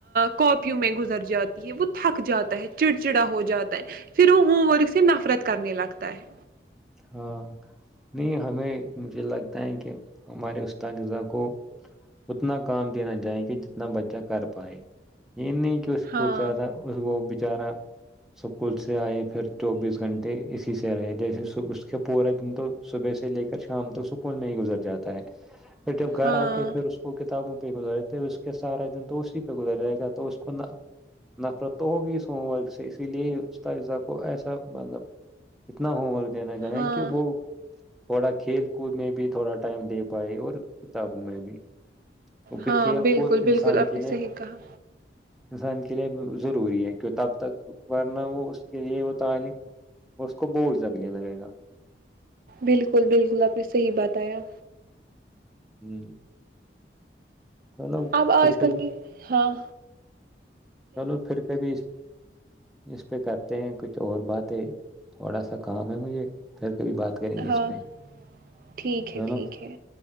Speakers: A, on the right; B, in the centre.
A: کاپیوں میں گزر جاتی ہے وہ تھک جاتا ہے چڑچڑا ہو جاتا ہے پھر وہ ہوم ورک سے نفرت کرنے لگتا ہے
B: ہاں نہیں ہمیں مجھے لگتا ہے کہ ہمارے استادذہ کو اتنا کام دینا چاہیں کہ جتنا بچہ کر پائے یہ نہیں کہ اس
A: ہاں،
B: کو زیادہ اس کو بچارا سکول سے آئے پھر چوبیس گھنٹے اسی سے رہے جیسے اس کے پورے دن تو صبح سے لے کر شام تک سکول میں ہی گزر جاتا ہے پھر جب گھر
A: ہاں،
B: آ کے پھر اس کو کتابوں پہ گزارےتےے اس کے سارا دن تو اسی پہ گزار جائے گا تو اس کو نفرت تو ہوگی اس ہوم ورک سے اسی لیے اسذہ کو ایسا مطلب اتنا ہوم ورک دینا جائےیں
A: ہاں،
B: کہ وہ تھوڑا کھیل کود میں بھی تھوڑا ٹائم دے پائے اور کتابوں میں بھی کیونکہ
A: ہاں
B: کھیل
A: بالکل
B: کود انسان
A: بالکل آپ
B: کے
A: نے
B: لیے
A: صحیح کہا
B: انسان کے لیے ضروری ہے کہ تب تک ورنہ ہو اس کے لیے وہ تعلق اس کو بھول سکتا ک لگے گا
A: بالکل بالکل آپ نے صحیح بات آیا
B: ہوں چلو
A: اب آج
B: پھر کبھی
A: کل کی ہاں،
B: چلو پھر کبھی اس پہ کرتے ہیں کھ چ اور بات ہے تھوڑا سا کام ہے مجھے پھر کبھی بات کریں گے اس
A: ہاں
B: پہ
A: ٹھیک
B: چلو
A: ہے ٹھیک ہے